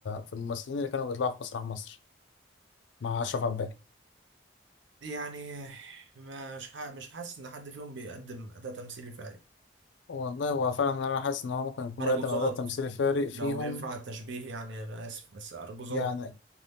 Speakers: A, on the left; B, on the right.
A: في الممثلين اللي كانوا بيطلعوا في مسرح مصر مع أشرف عباس؟
B: يعني ما- مش ح- مش حاسس ان حد فيهم بيقدم اداء تمثيلي فعلي
A: والله هو فعلا انا حاسس ان هو ممكن يكون
B: ارجوزات
A: بيقدم اداء تمثيلي فارق فيهم
B: لو ينفع التشبيه يعني انا اسف بس ارجوزات
A: يعني